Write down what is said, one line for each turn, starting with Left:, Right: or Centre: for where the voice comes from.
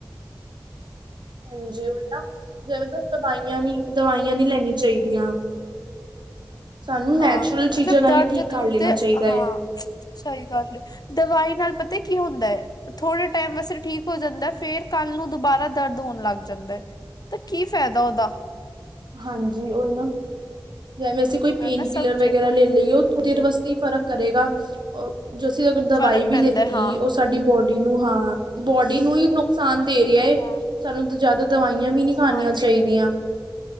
Left: ਹ <unintelligible>
Right: ਹਾਂਜੀ ਉਹੀ ਨਾ ਜਿਵੇਂ ਤੁਹਾਨੂੰ ਦਵਾਈਆਂ ਨ ਦਵਾਈਆਂ ਨੀ ਲੈੀਆਂ ਚਾਹੀਦੀਆਂ। ਸਾਨੂੰ ਨੈਚੁਰਲ
Left: ਹਾਂ
Right: ਚੀਜ਼ਾਂ
Left: ਮਤਲਬ
Right: ਨਾਲ
Left: ਦਰਦ
Right: ਹੀ ਠੀਕ
Left: ਦੁਰਦ
Right: ਕਰ ਲੈਣਾ ਚਾਹੀਦਾ ਹੈ।
Left: ਹਾਂ ਸਹੀ ਗੱਲ ਏ ਦਵਾਈ ਨਾਲ ਪਤਾ ਕੀ ਹੁੰਦਾ ਹੈ। ਥੋੜੇ ਟਾਈਮ ਵੈਸੇ ਠੀਕ ਹੋ ਜਾਂਦਾ ਫੇਰ ਕੱਲ੍ਹ ਨੂੰ ਦੁਬਾਰਾ ਦਰਦ ਹੋਣ ਲੱਗ ਜਾਂਦਾ ਹੈ ਤੇ ਕੀ ਫਾਇਦਾ ਉਹਦਾ
Right: ਹਾਂਜੀ ਉਹ ਨਾ ਜਵੇਂ ਅਸੀਂ ਕੋਈ ਪੇਨ
Left: ਹਨਾ
Right: ਕਿਲਰ
Left: ਸਮਝੇ
Right: ਵਗੈਰਾ ਲੈ ਲਈਓ ਉਹ ਥੋੜ੍ਹ ਦੇਰ ਵਾਸਤੇ ਹੀ ਫਰਕ ਕਰੇਗਾ। ਉਹ ਜ ਅਸੀਂ ਅਗਰ ਦਵਾਈ
Left: ਫ਼ਰਕ ਪੈਂਦਾ
Right: ਵੀ ਲਿੱਤੀ
Left: ਹਾਂ
Right: ਉਸ ਸਾਡੀ ਬੋਡੀ ਨੂੰ ਹਾਂ ਬੋਡੀ ਨੂੰ ਹੀ ਨੁਕਸਾਨ ਦੇ ਰਿਹਾ ਹੈ
Left: ਹਾਂ
Right: ਸਾਨੂੰ ਜਿਆਦਾ ਦਵਾਈਆਂ ਵੀ ਨੀ ਖਿਆਣੀਆਂ
Left: ਹਾਂਜੀ
Right: ਚਾਹੀਦੀਆਂ